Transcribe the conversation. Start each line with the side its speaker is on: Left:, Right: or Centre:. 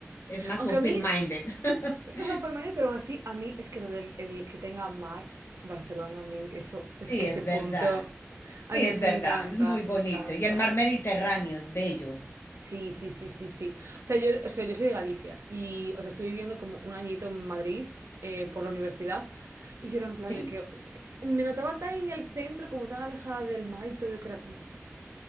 Left: es más
Right: Aunque
Left: open-minded.
Right: a mí es
Left: <laughs>
Right: más me sorprende, pero aún así, a mí es que lo del el que tenga mar, Barcelona, a mí eso, es
Left: Sí,
Right: que ese
Left: es
Right: punto,
Left: verdad.
Right: a
Left: Sí,
Right: mí
Left: es
Right: eso
Left: verdad.
Right: me encanta,
Left: Es muy bonito.
Right: me encanta.
Left: Y el mar Mediterráneo es bello.
Right: Sí, sí, sí, sí, sí. O sea, yo, o sea, yo soy de Galicia y, o sea, estuve viviendo como un añito en Madrid eh, por la universidad y yo era en plan
Left: Sí,
Right: de que me notaba tan en el centro, como tan alejada del mar y todo, que era como,